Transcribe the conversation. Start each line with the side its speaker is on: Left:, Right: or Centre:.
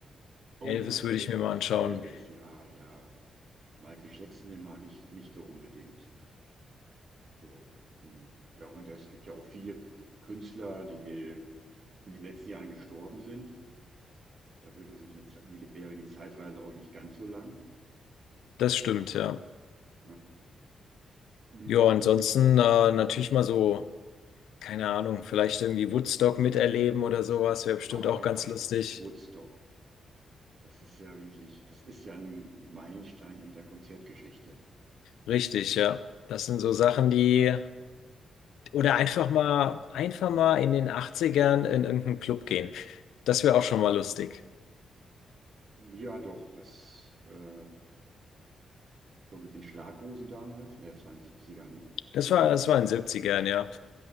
Right: Oh
Left: Elvis
Right: ja, Elvis,
Left: würde ich mir mal anschauen.
Right: Elvis, ja, ja. Michael Jackson, den mag ich nicht so unbedingt. So, hm. ja, und es gibt ja auch viele K- Künstler, die äh, in den letzten Jahren gestorben sind. Da würde sich eine, Ze- würde, wäre die Zeitreise auch nicht ganz so lang.
Left: Das stimmt, ja.
Right: Ja. Hm.
Left: Ja, ansonsten äh, natürlich mal so, keine Ahnung, vielleicht irgendwie Woodstock miterleben oder sowas, wäre bestimmt
Right: Oh
Left: auch
Right: ja,
Left: ganz lustig.
Right: Woodstock. Das ist ja wirklich, das ist ja ein Meilenstein in der Konzertgeschichte.
Left: Richtig, ja. Das sind so Sachen, die, oder einfach mal,
Right: Hm.
Left: einfach mal in den Achtzigern in irgendeinen Club gehen. Das wäre auch schon mal lustig.
Right: Ja, doch, das äh, So mit den Schlaghosen damals. Ja, das waren 70er, ne?
Left: Das
Right: Oder?
Left: war, das war in den 70 ja.